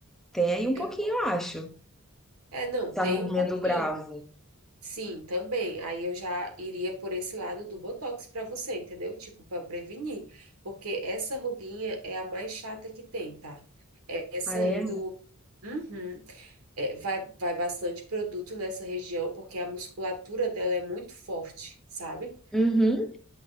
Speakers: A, in the centre; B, on the right.
A: tem aí um pouquinho,
B: Aham.
A: eu acho,
B: É, não,
A: da
B: tem
A: ruguinha
B: um pouquinho.
A: do bravo.
B: Sim, também. Aí eu já iria por esse lado do botox para você, entendeu? Tipo, para prevenir, porque essa ruguinha é a mais chata que tem, tá? É Essa
A: Ah,
B: aí
A: é?
B: do Uhum. É, vai vai bastante produto nessa região porque a musculatura dela é muito forte, sabe?
A: Uhum.